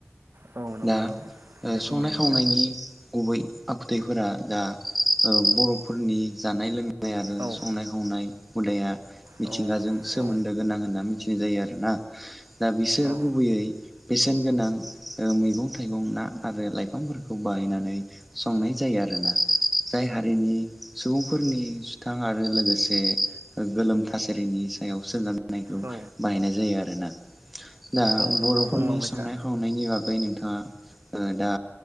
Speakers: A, on the right (about 65°); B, in the centre.
A: औ नंगौ
B: दा
A: नंगौ
B: ओ
A: दे बुंलांबाय
B: संनाय खावनायनि
A: था
B: गुबै आखुथायफोरा दा बर'फोरनि जानाय लोंनाय लोंनायानो
A: औ
B: आरो संनाय खावनाय हुदाया मिथिंगाजों
A: औ
B: सोमोन्दो
A: औ
B: गोनां होन्ना मिथि नाय जायो आरो ना दा बिसोर
A: औ
B: गुबैयै बेसेन गोनां ओ मैगं थाइगं ना आरो लाइफांफोरखौ बाहायनानै संनाय जायो आरो ना जाय हारिनि सुबुंफोरनि सुथां आरो लोगोसे गोलोम थासारिनि सायाव सोनाय खौ
A: औ
B: बाहायनाय जायो आरो ना दा
A: औ नंगौ
B: बर'फोरनि
A: बुंलांबाय
B: संनाय
A: था
B: खावनायनि बागै नोंथाङा दा